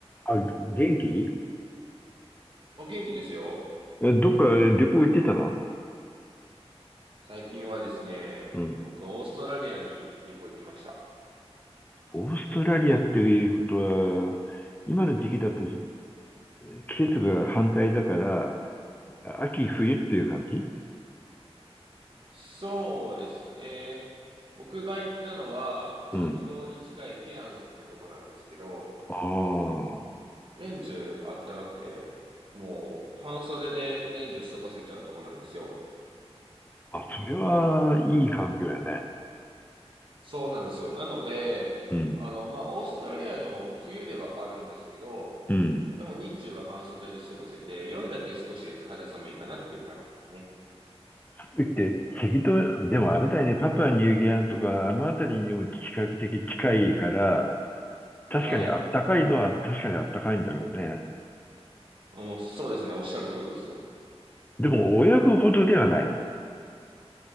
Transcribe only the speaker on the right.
お元気ですよ。
最近はですね、
僕、オーストラリアに旅行行ってました。
そうですね。僕が行ったのは、赤道に近いケアンズってとこなんですけど、
年中あったかくて、もう半袖で年中過ごせちゃうとこなんですよ。
そうなんですよ。なので、
あの、まあ、オーストラリアの冬ではあるんですけど、
でも日中は半袖で過ごせて、夜だけ少し肌寒いかなっていう感じですね。
はい。もうそうですね、おっしゃる通りです。